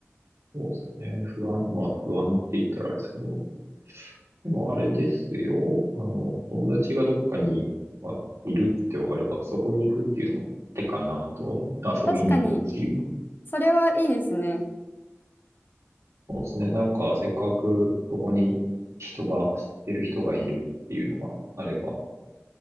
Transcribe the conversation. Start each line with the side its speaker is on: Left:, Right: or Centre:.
Right: そうですよね。不安、まあ不安って言ったらあれですけど、でもあれですよ。あの、友達がどっかに、まあ、いるってわかれば、そこに行くっていうのも手かなとは思う。
Left: 確かに、
Right: 遊びに行くっていう。
Left: それはいいですね。
Right: そうですね。なんか、せっかくそこに人が、知ってる人がいるっていうのがあれば、